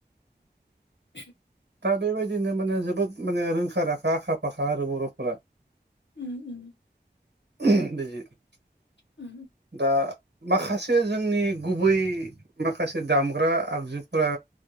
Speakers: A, on the left; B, on the right.
A: <inaudible>
B: दा बेबायदिनो माने जोबोद माने रों
A: उम उम।
B: <unintelligible>
A: औ
B: दा माखासे जोंनि गुबै माखासे दामग्रा आगजुफ्रा